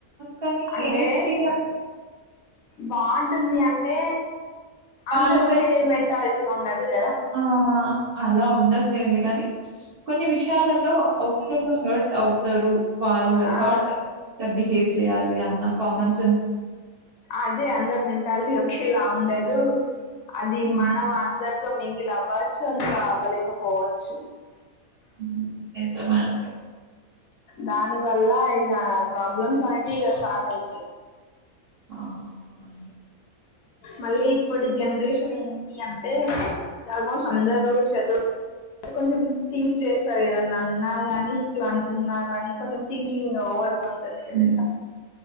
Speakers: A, on the right; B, on the left.
A: కానీ
B: అంటే
A: ఏంటి అని.
B: బాగుంటుంది, అంటే అందరు
A: వాళ్ళ సైడ్
B: ఒకే మెంటాలిటీ ఉండదు కదా.
A: ఆ! అలా ఉండదు లెండి, గానీ. కొన్ని విషయాల్లో, అవతలోళ్లు హర్ట్ అవుతారు. వాళ్ల
B: ఆ
A: హర్ట్.. ఇట్లా, బిహేవ్ జేయాలి అన్న కామన్స్.
B: అదే అందరు మెంటాలిటీ, ఒకే ఇలా ఉండదు. అది,
A: హ్మ్.
B: మనం అందరితో మింగిలి అవ్వచ్చు, అందులో అవ్వలేకపోవచ్చు.
A: మ్మ్. నిజమే, అండి.
B: దాని వల్ల, ఇగ ప్రాబ్లమ్స్ అనేటివి ఇగ స్టార్ట్ అయితాయి.
A: ఆ! అవునండి.
B: మళ్లీ ఇప్పడి జనరేషన్ ఏంటంటే, ఆల్మోస్ట్ అందరూ చదువ్. అంటే, కొంచెం థింక్ జేస్తారు. ఏదన్నా అన్నా గానీ, ఇట్లా అంటున్నారు అని కొంచెం థింకింగ్ ఓవర్‌గా ఉం. అంతానే గదా,
A: హ్మ్.
B: ఇగ.